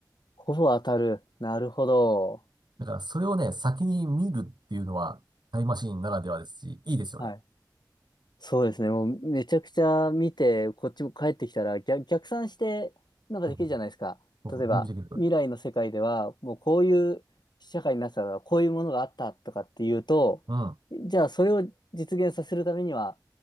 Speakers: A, on the left (about 80°); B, on the right (about 85°).
A: ほぼ当たる。なるほど。
B: だからそれをね、先に見るっていうのは、タイムマシンならではですし、いいですよね。
A: はい。そうですね。もうめちゃくちゃ見て、こっちも帰ってきたら逆、逆算してなんかできるじゃないですか。
B: そうそ
A: 例えば、
B: うそうそう準備できると。
A: 未来の世界では、もうこういう社会になってたから、こういうものがあったとかっていうと、
B: うん、
A: じゃあそれを実現させるためには、